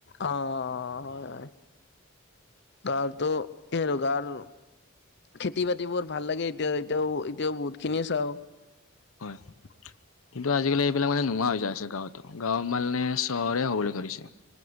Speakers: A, on the left (about 55°); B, on the left (about 80°).
A: অ', হয়, হয়। কাৰটো এ, ৰোগাৰ খেতি বাতিবোৰ ভাললাগে এতিয়া, এতিয়াও, এতিয়াও বহুত খিনিয়ে চাওঁ। <inaudible>
B: হয় কিন্তু আজিকালি এইবিলাক মানে নোহোৱা হৈ যায় আছে গাঁৱতো, গাঁও মানে চহৰৰে হ'বলৈ ধৰিছে।